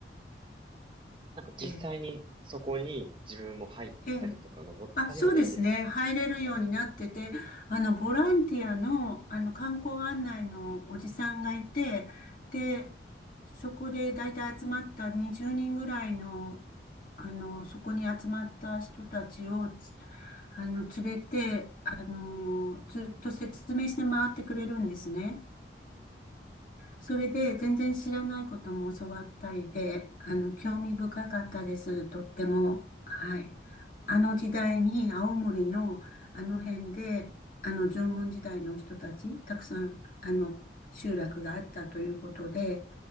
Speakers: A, on the right (about 25°); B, on the left (about 45°).
A: うんなんか実際にそこに自分も入ったりとか登ったりもできるみたい
B: ええええあ、そうですね。入れるようになってて、あの、ボランティアの、あの、観光案内のおじさんがいて、で、そこで大体集まった20人ぐらいの、あの、そこに集まった人たちを、つあの、連れて、あの、ずっと説明して回ってくれるんですね。
A: な
B: それで全然知らないことも教わったりで、あの、興味深かったです。とっても。はい。あの時代に青森のあの辺で、あの縄文時代の人たち、たくさん、あの、集落があったということで、